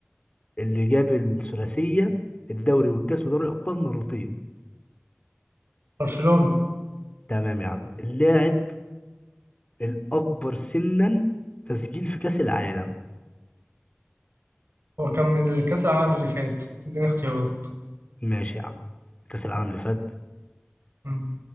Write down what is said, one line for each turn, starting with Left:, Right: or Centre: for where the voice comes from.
Left: اللي جاب الثلاثيه الدوري والكاس ودوري الابطال مرتين
Right: برشلونة
Left: تمام يا عم اللاعب الاكبر سنا تسجيل في كاس العالم
Right: هو كان من الكأس العالم اللي فات اديني اختيارات
Left: ماشي يا عم كاس العالم اللي فات
Right: مم.